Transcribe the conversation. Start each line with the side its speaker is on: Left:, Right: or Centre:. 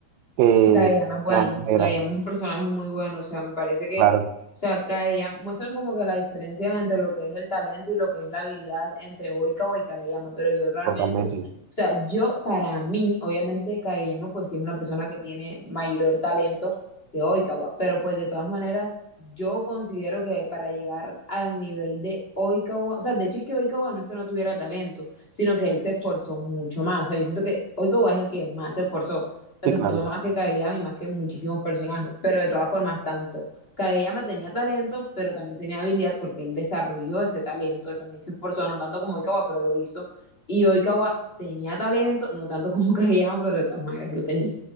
Right: que,
Left: Kadeyama es bueno,
Right: que antes era?
Left: Kadeyama es un personaje muy bueno, o sea, me parece que,
Right: Claro,
Left: o sea, Kadeyama, muestran como que la diferencia entre lo que es el talento y lo que es la habilidad entre Oikawa y Kadeyama, pero yo realmente,
Right: totalmente.
Left: o sea, yo para mí, obviamente Kadeyama pues sí es una persona que tiene mayor talento que Oikawa, pero pues de todas maneras, yo considero que para llegar al nivel de Oikawa, o sea, de hecho es que Oikawa no es que no tuviera talento, sino que él se esforzó mucho más, o sea, yo siento que Oikawa es el que más se esforzó
Right: Sí,
Left: se
Right: claro.
Left: esforzó más que Kageyama y más que muchísimos personajes. Pero de todas formas, tanto Kageyama tenía talento, pero también tenía habilidad porque él desarrolló ese talento. Él también se esforzó, no tanto como Oikawa, pero lo hizo. Y Oikawa tenía talento, no tanto como <laughs> Kageyama, pero de todas maneras lo tenía.